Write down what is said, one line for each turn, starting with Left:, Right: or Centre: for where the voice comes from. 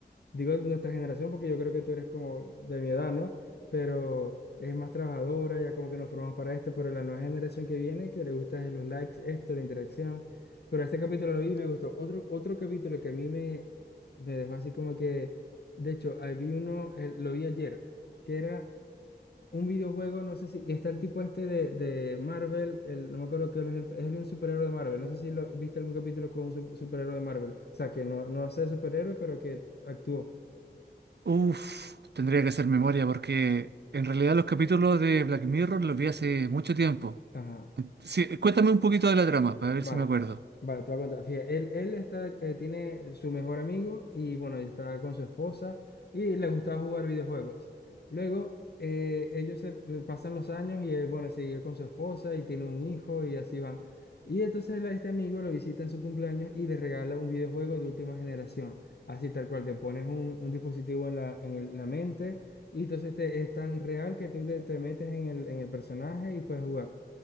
Left: digo de nuestra generación porque yo creo que tú eres como de mi edad, ¿no? Pero es más trabajadora, ya como que nos formamos para esto, pero la nueva generación que viene, que le gusta es los likes, esto, la interacción. Pero este capítulo lo vi y me gustó. Otro, otro capítulo que a mí me, me dejó así como que, de hecho, ahí vi uno, eh, lo vi ayer, que era un videojuego, no sé si, que está el tipo este de, de Marvel, el, no me acuerdo qué es, el, es un superhéroe de Marvel, no sé si lo, viste algún capítulo con un su- superhéroe de Marvel, o sea, que no, no es superhéroe, pero que actuó.
Right: Uf, tendría que hacer memoria porque en realidad los capítulos de Black Mirror los vi hace mucho tiempo.
Left: Ajá,
Right: Sí, cuéntame un poquito de la trama para ver
Left: vale,
Right: si me acuerdo.
Left: vale, te voy a contar. Fíjate, él, él está, eh, tiene su mejor amigo y bueno, él está con su esposa y le gustaba jugar videojuegos. Luego, eh, ellos se eh, pasan los años y él, bueno, sigue con su esposa y tiene un hijo y así van. Y entonces la- este amigo lo visita en su cumpleaños y le regala un videojuego de última generación. Así tal cual, te pones un, un dispositivo en la, en el- la mente y entonces te, es tan real que tú te, te metes en el, en el personaje y puedes jugar.